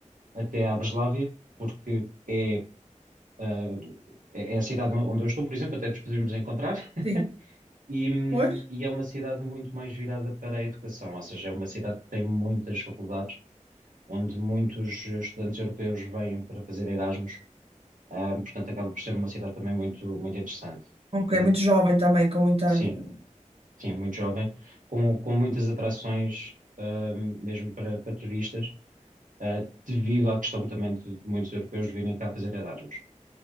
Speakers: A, on the right; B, on the right.
A: eh, até à Breslávia, porque é, ah, é é a cidade onde eu estou, por exemplo, até nos poderíamos encontrar, <laughs>
B: Sim.
A: e, hum,
B: Pois,
A: e é uma cidade muito mais virada para a educação, ou seja, é uma cidade que tem muitas faculdades, onde muitos estudantes europeus vêm para fazer Erasmus, Ahm, portanto, acaba por ser uma cidade também muito, muito interessante.
B: Ok,
A: Ah,
B: muito jovem também, com muita.
A: sim,
B: ani-
A: sim, muito jovem, com, com muitas atrações, ahm, mesmo para, para turistas, ah, devido à questão também de, de muitos europeus virem cá fazer Erasmus.